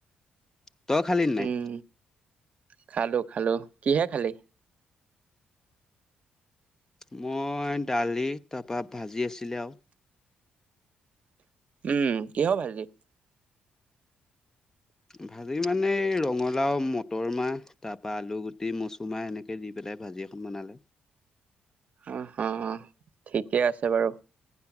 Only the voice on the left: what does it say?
তই খালি নাই?
মই দালি, তা পা ভাঁজি আছিলে আও।
ভাঁজি মানে ৰঙালাও, মতৰ মাহ, তাৰপা আলু গুটি মচুৰমাহ এনেকে দি পেলাই ভাঁজি এখন বনালে।